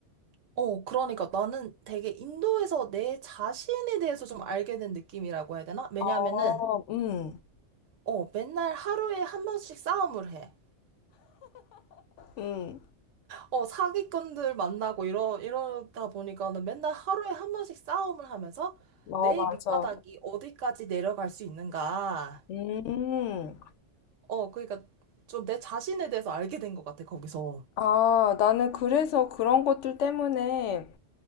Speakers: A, on the right; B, on the left.
A: 어, 그러니까 나는 되게 인도에서 내 자신에 대해서 좀 알게 된 느낌이라고 해야 되나? 왜냐하면은,
B: 어, 음,
A: 어, 맨날 하루에 한 번씩 싸움을 해.
B: 음,
A: 어, 사기꾼들 만나고 이러, 이러다 보니까는 맨날 하루에 한 번씩 싸움을 하면서
B: 어,
A: 내
B: 맞아.
A: 밑바닥이 어디까지 내려갈 수 있는가.
B: 음,
A: 어, 그러니까 좀 내 자신에 대해서 알게 된 것 같아, 거기서.
B: 아, 나는 그래서 그런 것들 때문에